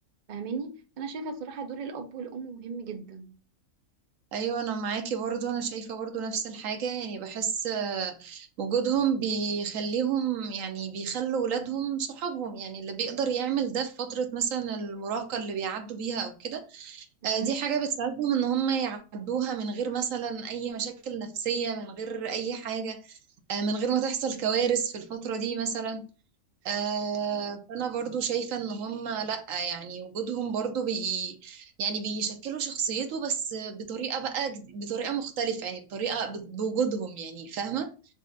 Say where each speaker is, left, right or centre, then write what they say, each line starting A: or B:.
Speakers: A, on the right; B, on the right.
A: فاهماني فانا شايفه الصراحه دور الاب والام مهم جدا
B: ايوه انا معاكي برضو انا شايفه برضو نفس الحاجه يعني بحس آه، وجودهم بيخليهم يعني بيخلوا ولادهم صحابهم يعني اللي بيقدر يعمل ده في فتره مثلا المراهقه اللي بيعدوا بيها او كده
A: مهم.
B: آه، دي حاجة بتساعدهم ان هم يعدوها من غير مثلا اي مشاكل نفسية من غير اي حاجة آه، من غير ما تحصل كوارث في الفترة دي مثلا
A: صح
B: آه، فانا برضو شايفة ان هم لا يعني وجودهم برضو بي يعني بيشكلوا شخصيته بس بطريقة بقى جد- بطريقة مختلفة يعني بطريقة ب- بوجودهم يعني فاهمة